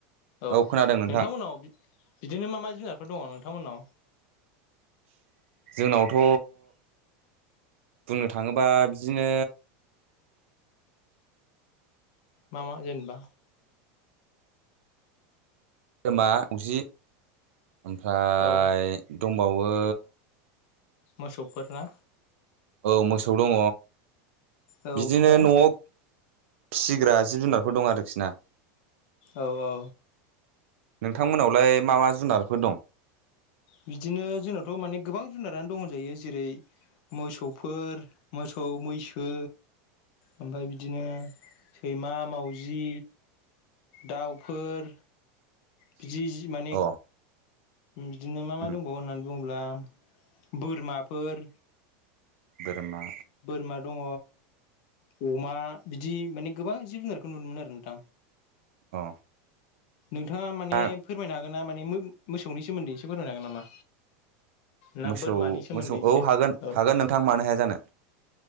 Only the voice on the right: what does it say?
खोनादों नोंथां
जोंनावथ' बुंनो थाङोबा बिदिनो
गोमा मावजि ओमफ्राय
दंबावो
ओ मोसौ दङ
बिदिनो
न'आव फिसिग्रा जिब जुनारफोर दं आरोखि ना
नोंथां मोनावलाय मा मा जुनारफोर दं?
अ
उम
बोरमा
अ
दा
मोसौ
मोसौ
औ हागोन
हागोन नोंथां मानो हाया जानो